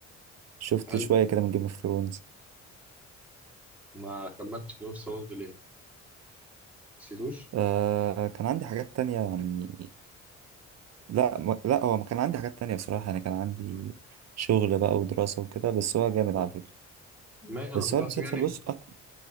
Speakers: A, on the right (about 60°); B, in the centre.
A: شفت
B: هل
A: شوية كده من جيم اوف ثرونز
B: ما كملتش جيم اوف ثرونز ليه؟ نسيتوش؟
A: آه كان عندي حاجات تانية يعني لا ما- لا هو ما كان عندي حاجات تانية بصراحة أنا كان عندي شغل بقى ودراسة وكده بس هو جامد
B: آه.
A: على فكرة
B: ما انا
A: بس
B: كنت
A: هو
B: احسب
A: المسلسل
B: يعني
A: بص أكتر